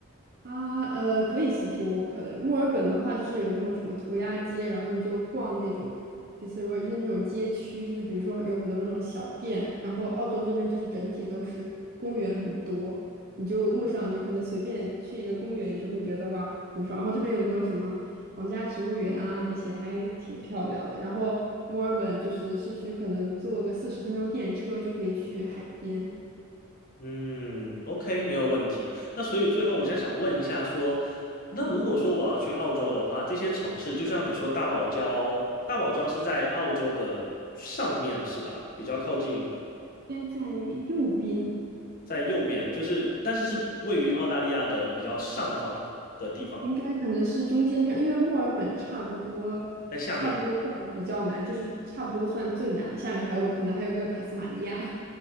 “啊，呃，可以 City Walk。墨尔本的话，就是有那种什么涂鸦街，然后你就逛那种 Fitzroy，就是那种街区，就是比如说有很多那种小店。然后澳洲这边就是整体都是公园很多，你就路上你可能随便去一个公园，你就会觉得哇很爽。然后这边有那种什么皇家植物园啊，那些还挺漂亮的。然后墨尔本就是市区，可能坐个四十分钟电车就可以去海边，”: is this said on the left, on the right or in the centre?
Right